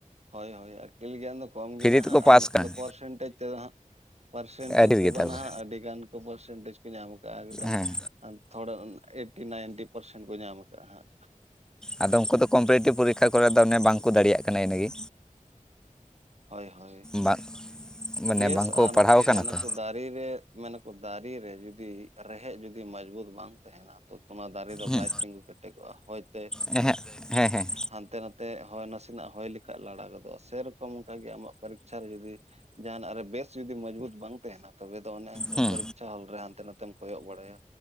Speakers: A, on the right; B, in the centre.
A: ᱦᱳᱭ ᱦᱳᱭ ᱟᱹᱠᱤᱞ ᱜᱮᱭᱟᱱ ᱫᱚ ᱠᱚᱢ ᱜᱮ ᱱᱟᱦᱟᱸᱜ
B: ᱛᱮᱠᱚ ᱯᱟᱥ
A: ᱟᱨ ᱱᱚᱛᱮ
B: ᱠᱟᱱᱟ
A: ᱫᱚ ᱯᱚᱨᱥᱮᱱᱴᱮᱡᱽ ᱛᱮᱫᱚ ᱦᱟᱸᱜ᱾ ᱯᱟᱨᱥᱮᱱᱴᱮᱡᱽ
B: ᱟᱹᱰᱤ
A: ᱛᱮᱫᱚ
B: ᱜᱮᱛᱟ ᱠᱚᱣᱟ
A: ᱱᱟᱦᱟᱜ ᱟᱹᱰᱤᱜᱟᱱ ᱠᱚ ᱯᱟᱨᱥᱮᱱᱴᱮᱡᱽ ᱠᱚ ᱧᱟᱢ ᱠᱟᱜᱼᱟ ᱮᱠᱫᱚᱢ
B: ᱦᱮᱸ
A: ᱟᱨ ᱛᱷᱚᱲᱟ ᱮᱭᱤᱴᱴᱤ ᱱᱟᱭᱤᱱᱴᱤ ᱯᱟᱨᱥᱮᱱ ᱠᱚ ᱧᱟᱢ ᱟᱠᱟᱫᱟᱼᱟ ᱦᱟᱸᱜ᱾
B: ᱟᱫᱚ ᱩᱱᱠᱩ ᱫᱚ ᱠᱚᱢᱯᱤᱴᱤᱮᱴᱤᱵᱽ ᱯᱚᱨᱤᱠᱷᱟ ᱠᱚᱨᱮ ᱫᱚ ᱚᱱᱮ ᱵᱟᱝ ᱠᱚ ᱫᱟᱲᱮᱭᱟᱜ ᱠᱟᱱᱟ ᱤᱱᱟᱹᱜᱮ᱾
A: ᱦᱳᱭ ᱦᱳᱭ
B: ᱵᱟᱝ ᱢᱟᱱᱮ
A: ᱵᱮᱥ
B: ᱵᱟᱝᱠᱚ
A: ᱟᱨ
B: ᱯᱟᱲᱦᱟᱣ ᱠᱟᱱᱟ
A: ᱢᱟᱱᱮ
B: ᱛᱚ
A: ᱠᱚ ᱫᱟᱨᱮ ᱨᱮ ᱢᱮᱱᱟᱠᱚ ᱫᱟᱨᱮ ᱨᱮ ᱡᱩᱫᱤ ᱨᱮᱦᱮᱫ ᱡᱩᱫᱤ ᱢᱚᱡᱽᱵᱩᱛ ᱵᱟᱝ ᱛᱟ ᱛᱟᱦᱮᱱᱟ ᱛᱚ, ᱚᱱᱟ ᱫᱟᱨᱮ ᱫᱚ
B: ᱦᱮᱸ
A: ᱵᱟᱭ ᱛᱤᱸᱜᱩ ᱠᱮᱴᱮᱡᱚᱜᱼᱟ ᱦᱚᱭᱛᱮ
B: ᱦᱮᱸ ᱦᱮᱸ ᱦᱮᱸ
A: ᱦᱟᱱᱛᱮ ᱱᱟᱛᱮ ᱛᱮ ᱦᱚᱭ ᱱᱟᱥᱮᱱᱟᱜ ᱦᱚᱭ ᱞᱮᱠᱷᱟᱡ ᱞᱟᱲᱟ ᱜᱚᱫᱚᱜᱼᱟ ᱥᱮᱨᱚᱠᱚᱢ ᱚᱱᱠᱟᱜ ᱜᱮ ᱟᱢᱟᱜ ᱯᱚᱨᱤᱠᱷᱟ ᱨᱮ ᱡᱩᱫᱤ ᱡᱟᱦᱱᱟᱜ ᱨᱮ ᱵᱮᱥ ᱡᱩᱫᱤ ᱢᱚᱸᱡᱽᱵᱩᱛ ᱵᱟᱝ ᱛᱟᱦᱮᱸᱱᱟ ᱛᱚᱵᱮ ᱫᱚ ᱚᱱᱮ ᱚᱱᱠᱟ
B: ᱦᱮᱸ
A: ᱯᱚᱨᱤᱠᱷᱟ ᱦᱚᱞ ᱨᱮ ᱦᱟᱱᱛᱮ ᱱᱟᱛᱮᱢ ᱠᱚᱭᱚᱜ ᱵᱟᱲᱟᱭᱟ᱾